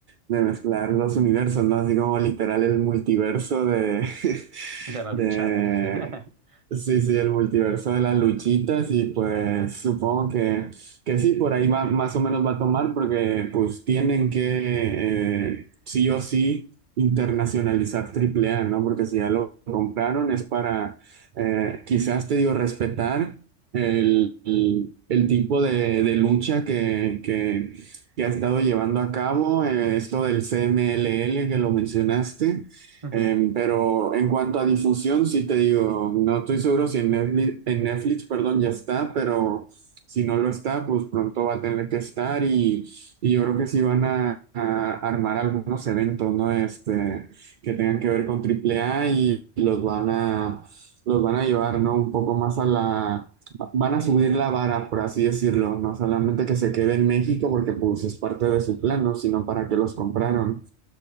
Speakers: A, on the right; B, on the right.
A: de mezclar los universos, ¿no? Así como literal el multiverso de, <laughs>
B: De la
A: de,
B: lucha, ¿no? <laughs>
A: sí, sí, el multiverso de las luchitas y pues supongo que, que sí, por ahí va, más o menos va a tomar porque pues tienen que eh, sí o sí internacionalizar Triple A ¿no? Porque si ya lo compraron es para, eh, quizás te digo, respetar el, el- el tipo de, de lucha que, que, que ha estado llevando a cabo, eh, esto del CMLL que lo mencionaste.
B: Ujú,
A: Eh, pero en cuanto a difusión, sí te digo, no estoy seguro si en Netflix, en Netflix, perdón, ya está, pero si no lo está, pues pronto va a tener que estar y, y yo creo que sí van a, a armar algunos eventos, ¿no? Este, que tengan que ver con AAA y los van a, los van a llevar, ¿no? Un poco más a la Van a subir la vara, por así decirlo, no solamente que se quede en México porque pues es parte de su plano, sino para que los compraron.